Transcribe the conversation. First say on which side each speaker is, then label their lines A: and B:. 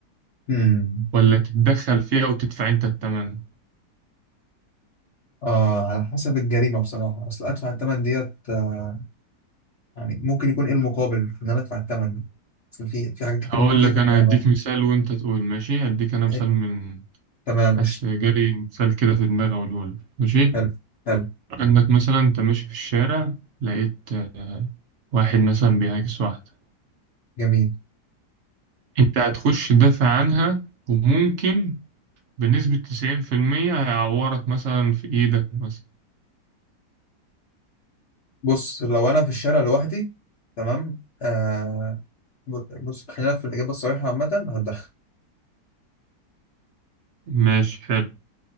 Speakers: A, on the left; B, on the right.
A: امم
B: ولا تتدخل فيها وتدفع انت الثمن
A: اه على حسب الجريمه بصراحه اصل ادفع الثمن ديت آه، يعني ممكن يكون ايه المقابل في ان انا ادفع الثمن اصل في في حاجات كتير
B: هقول
A: ممكن تيجي
B: لك
A: في دماغنا
B: انا هديك مثال وانت تقول ماشي هديك انا مثال
A: إيه،
B: من
A: تمام
B: حاسس
A: مش
B: جالي مثال كده في دماغي أقوله لك ماشي
A: حلو حلو
B: عندك مثلا أنت ماشي في الشارع لقيت آه، واحد مثلا بيعاكس واحدة
A: جميل
B: أنت هتخش تدافع عنها وممكن بنسبة تسعين في المية هيعورك مثلا في إيدك مثلا
A: بص لو انا في الشارع لوحدي تمام آه ب- بص خلينا في الاجابه الصريحه عامه هتدخل
B: ماشي حلو